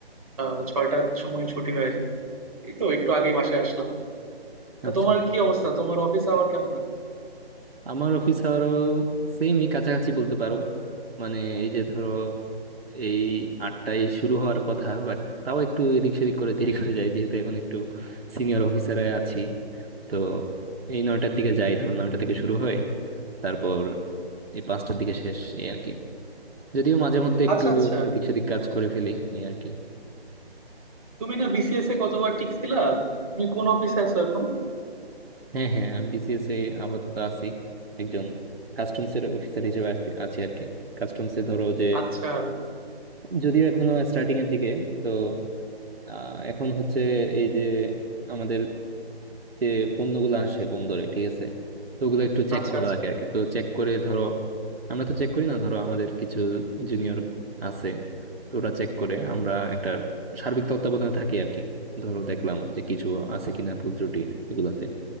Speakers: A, on the right; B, on the right.
A: আহ, ছয়টার সময় ছুটি হয়ে যায় এই তো একটু আগেই বাসায় আসলাম তা
B: আচ্ছা
A: তোমার কি অবস্থা তোমার অফিস আওয়ার কেমন আর
B: আমার অফিস আরো সেমই কাছাকাছি বলতে পারো মানে এই যে ধরো এই আটটায় শুরু হওয়ার কথা বাট তাও একটু এদিক সেদিক করে দেরি করে যায় যেহেতু এখন একটু সিনিয়র অফিসারে আছি তো এই নয়টার দিকে যাই ধরো নয়টা থেকে শুরু হয় তারপর এই পাঁচটার দিকে শেষ এই আর কি যদিও মাঝে মধ্যে একটু
A: আচ্ছা আচ্ছা
B: এদিক সেদিক কাজ করে ফেলি এই আর কি
A: তুমি না বিসিএস এ কতবার টিকছিলা তুমি কোন অফিসে আছো এখন
B: হ্যাঁ হ্যাঁ আমি বিসিএস এ আপাতত আছি একজন কাস্টমস এর অফিসার হিসেবে আছি আছি আর কি কাস্টমস এ ধরো যে
A: আচ্ছা
B: যদিও এখনো স্টার্টিং এর দিকে তো আহ, এখন হচ্ছে এই যে আমাদের যে পণ্যগুলো আসে বন্দরে ঠিক আছে তো ওগুলো একটু চেক
A: আচ্ছা
B: করা
A: আচ্ছা
B: লাগে আর কি তো চেক করে ধরো আমরা তো চেক করি না ধরো আমাদের কিছু জুনিয়র আছে তো ওরা চেক করে আমরা একটা সার্বিক তত্ত্বাবধানে থাকি আর কি ধরো দেখলাম যে কিছু আছে কিনা ভুল ত্রুটি এগুলাতে